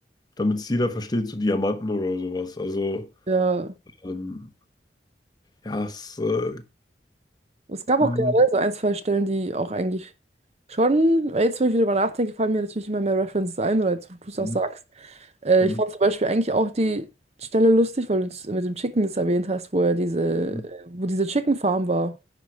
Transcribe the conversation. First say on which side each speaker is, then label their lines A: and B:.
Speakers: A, on the left; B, on the right.
A: damit es jeder versteht, so Diamanten oder sowas. Also,
B: Ja,
A: ähm, ja, es. Äh,
B: es gab
A: hm,
B: auch generell so ein, zwei Stellen, die auch eigentlich schon, weil jetzt, wo ich wieder darüber nachdenke, fallen mir natürlich immer mehr References ein, oder jetzt, wo du es auch
A: hm,
B: sagst. Äh,
A: hm,
B: ich fand zum Beispiel eigentlich auch die Stelle lustig, weil du es mit dem Chicken das erwähnt hast, wo er diese,
A: hm,
B: wo diese Chicken Farm war,